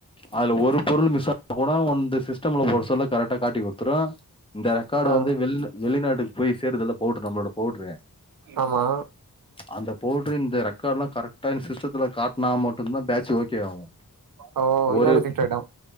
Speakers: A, on the left; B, on the right.
A: அதுல ஒரு பொருள் மிஸ் ஆனா கூட ஒன்து சிஸ்டம்ல போட சொல்ல கரெக்டா காட்டி குடுத்துரு இந்த ரெக்கார்டு
B: ஆ
A: வந்து வெள்ள வெளிநாட்டுக்கு போய் சேருதுல்ல பவ்ட்ரு நம்மளோட பவ்ட்ரு
B: ஆமா
A: அந்த பவுட்ரு இந்த ரெக்கார்ட் லா கரெக்டா இந்த சிஸ்டத்துல காட்னா மட்டுந்தா பேட்சு ஓகே ஆவு
B: ஓ
A: ஒரு
B: எல்லா ரிஜெக்ட் ஆயிட்டா